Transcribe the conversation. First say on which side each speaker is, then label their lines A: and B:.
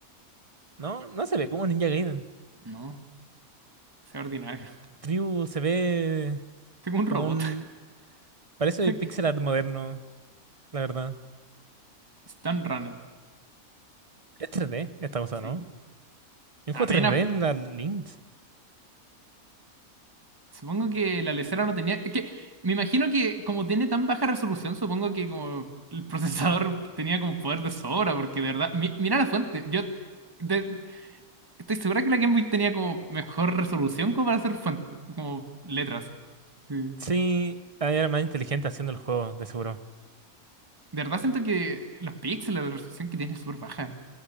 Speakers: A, on the right (about 30°); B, on the right (about 15°).
A: No, no se ve como Ninja Gaiden.
B: No, sea ordinario.
A: Tribu se ve
B: <laughs> Estoy como un
A: como
B: robot.
A: un... Parece
B: <laughs>
A: pixel art moderno, la verdad.
B: Stun Runner,
A: Es 3D esta cosa,
B: sí.
A: ¿no? Y
B: Apenas.
A: Un juego 3D en la Lynx.
B: Supongo que la lesera no tenía. Es que me imagino que como tiene tan baja resolución, supongo que como el procesador <laughs> tenía como poder de sobra, porque de verdad. mi- mira la fuente. Yo de- estoy segura que la Game Boy tenía como mejor resolución como para hacer fuente- como letras. Sí.
A: Sí, ah, era más inteligente haciendo el juego, de seguro.
B: De verdad siento que los píxeles, la resolución que tiene es súper baja.